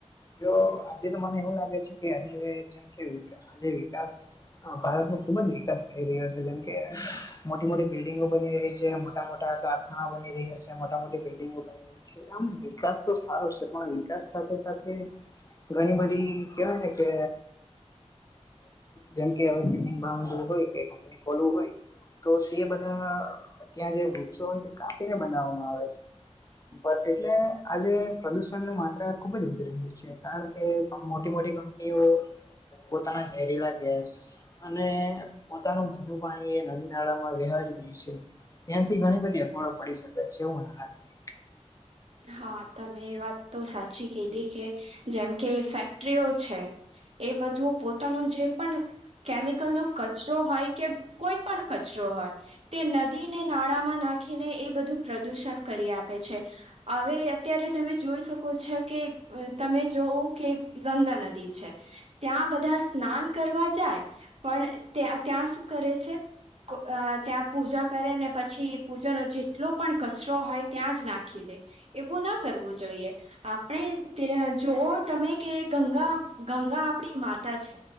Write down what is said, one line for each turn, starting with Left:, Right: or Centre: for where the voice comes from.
Left: તો આજે તો મને એવું લાગે છે કે આજે જેમ કે આજે વિકાસ ભારતનો ખુબ જ વિકાસ થઈ રહ્યો છે જેમ કે મોટી મોટી બિલ્ડિંગો બની રહી છે મોટા મોટા કાર ઘણા બની રહ્યા છે મોટા મોટી બિલ્ડિંગો બની રહી છે આમ વિકાસ તો સારો છે પણ વિકાસ સાથે સાથે ઘણી બધી કેવાય ને કે જેમકે હવે બિલ્ડંગ બાું હોય કે કંપની ખોલવું હોય તો તે બધા ત્યાં જે વૃક્ષો હોય તે કાપીને બનાવવામાં આવે છે એટલે આજે પ્રદુષણની માત્રા ખુબ જ છે કારણ કે મોટી મોટી કંપનીઓ પોતાના ઝેરીલા ગેસ અને પોતાનું ગંદુ પાણી એ નદી નાળામાં વહારી દે છે ત્યાંથી ઘણી બધી અખવાડો પડી શકે છેવ મને લાગે છે
Right: હા તમે એ વાત તો સાચી કીધી કે જેમ કે ફેક્ટરીઓ છે એ બધું પોતાનો જે પણ કેમિકલ નો કચરો હોય કે કોઈ પણ કચરો હોય તે નદીને નાળામાં નાખીને એ બધું પ્રદુષણ કરી આપે છે હવે અત્યારે તમે જોઈ શકો છો કે અ તમે જોવ કે ગંગા નદી છે ત્યાં બધા સ્નાન કરવા જાય પણ ત્યાં શું કરે છે અ ત્યાં પૂજા કરે ને પછી પૂજાનો જેટલો પણ કચરો હોય ત્યાં જ નાખે રાખી દે એવું ના કરવું જોઈએ આપણે જોવ તમે કે ગંગા ગંગા આપડી માતા છે